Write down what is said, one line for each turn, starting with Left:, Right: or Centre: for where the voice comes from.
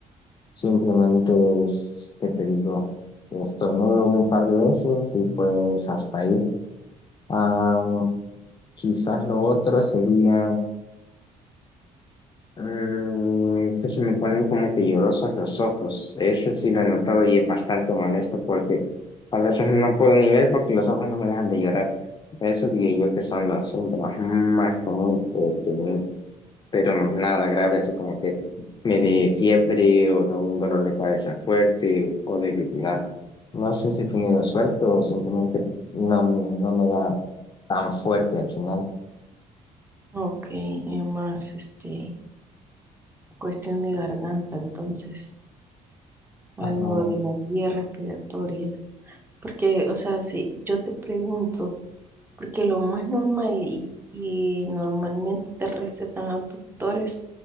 Left: simplemente es que te digo, estornudo un par de veces y pues hasta ahí. Ah, quizás lo otro sería Mm, que se me ponen como que llorosos los ojos. Ese sí lo he notado y es bastante molesto porque a veces no puedo ni ver porque los ojos no me dejan de llorar. Eso diría yo que son los síntomas más comunes que he tenido, pero nada grave, así como que me dé fiebre o de un dolor de cabeza fuerte o debilidad. No sé si he tenido suerte o simplemente no, no me da tan fuerte al final.
Right: Ok, y más, este, cuestión de garganta, entonces, algo
Left: Ah, no.
Right: de las vías respiratorias. Porque, o sea, si yo te pregunto... porque lo más normal y que normalmente te recetan los doctores